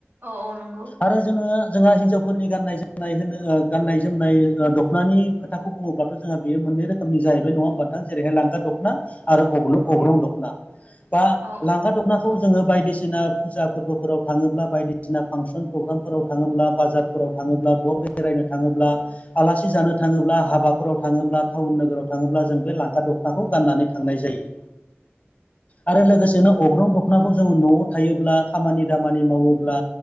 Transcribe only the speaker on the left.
आरो जोङो
जोंहा हिनजाव फोरनि गाननाय जोमनाय होनो ओ गाननाय जोमनाय दख'नानि खोथाखौ बुङोब्लाथ' जोंहा बेयो मोननै रोखोमनि जाहैबाय। नङा होमबा नोंथां? जेरैहाय लांगा दख'ना आरो अगन
अग्रं दख'ना दा
लांगा दख'नाखौ जोङो बायदिसिना फुजा फोरबोफोराव थाङोब्ला बायदिसिना फांसन प्रग्रामफोराव थाङोब्ला बाजारफोराव थाङोब्ला बबे बेरायनो थाङोब्ला
आलासि जानो थाङोब्ला हाबाफोराव थाङोब्ला टाउन नोगोराव थाङोब्ला जों बे लांगा दख'नाखौ गाननानै थांनाय जायो।
आरो लोगोसेनो अग्रं द ख'नाखौ जों न'आव थायोब्ला खामानि दामानि मावोब्ला